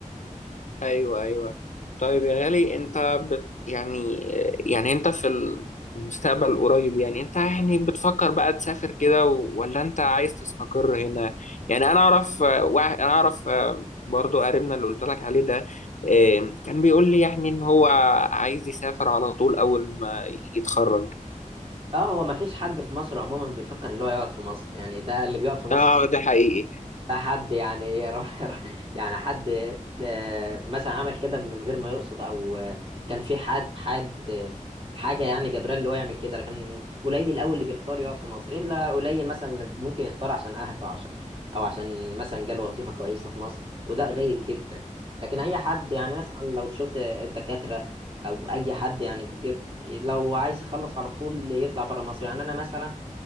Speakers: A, on the left; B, on the right.
A: ايوه ايوه طيب يا غالي انت بت يعني يعني انت في المستقبل القريب يعني انت يعني بتفكر بقى تسافر كده و- ولا انت عايز تستقر هنا يعني انا اعرف آه، واحد انا اعرف آه، برضو قريبنا اللي قلت لك عليه ده آه، كان بيقول لي يعني ان هو عايز يسافر على طول اول ما يتخرج
B: اه هو مفيش حد في مصر عموما بيفكر اللي هو يقعد في مصر يعني ده اللي بيقعد في مصر
A: اه ده حقيقي
B: ده حد يعني <laughs> ر- ر- يعني حد آه، مثلا عمل كده من غير ما يقصد او آه، كان في حد حد آه، حاجه يعني جبران اللي هو يعمل كده لكن قليل قوي اللي بيختار يقعد في مصر الا قليل مثلا اللي ممكن يختار عشان اهله او عشان او عشان مثلا جاله وظيفه كويسه في مصر وده قليل جدا لكن اي حد يعني مثلا لو شفت الدكاتره او اي حد يعني بيت لو عايز يخلص على طول يطلع بره مصر يعني انا مثلا